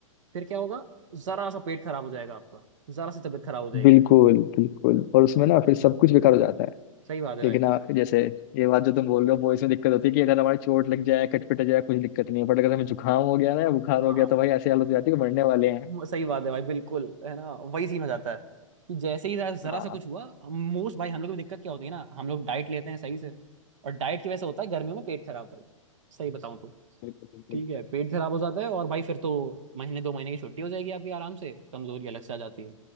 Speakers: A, on the right (about 65°); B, on the left (about 35°).
A: फिर क्या होगा जरा सा पेट खराब हो जाएगा आपका जरा सी तबीयत खराब हो जाएगी
B: बिल्कुल बिल्कुल और उसमें ना फिर सब कुछ बेकार हो जाता है
A: सही बात है भाई
B: एक ना जैसे ये बात जो तुम बोल रहे हो वो इसमें दिक्कत होती है कि अगर हमारी चोट लग जाए कटपट जाए कुछ दिक्कत नहीं है बट अगर हमें जुकाम हो गया ना या बुखार हो
A: हाँ
B: गया तो भाई ऐसी हालत हो जाती है कि मरने वाले हैं
A: वो सही बात है भाई बिल्कुल है ना वही सीन हो जाता है कि जैसे ही जरा जरा
B: हाँ
A: सा कुछ
B: हाँ,
A: हुआ मोस्ट भाई हम लोग की दिक्कत क्या होती है ना हम लोग डाइट लेते हैं सही से और डाइट की वजह से होता है गर्मियों में पेट खराब भाई सही बताऊं तो
B: बिल्कुल बिल्कुल
A: ठीक है पेट खराब हो जाता है और भाई फिर तो महीने दो महीने की छुट्टी हो जाएगी आपकी आराम से कमजोरी अलग से आ जाती है